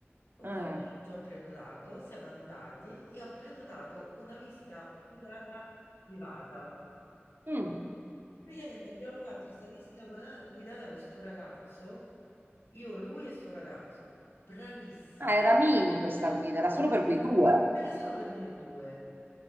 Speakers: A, on the left; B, on the right.
A: Un
B: Eh.
A: pomeriggio ho prenotato, siamo andati e ho prenotato una visita guidata privata.
B: Mm.
A: Praticamente abbiamo fatto questa visita guada- guidata con sto ragazzo, io, lui e sto ragazzo, bravissimo.
B: Ah, era mini questa guida, era solo per voi due.
A: Era solo per noi due.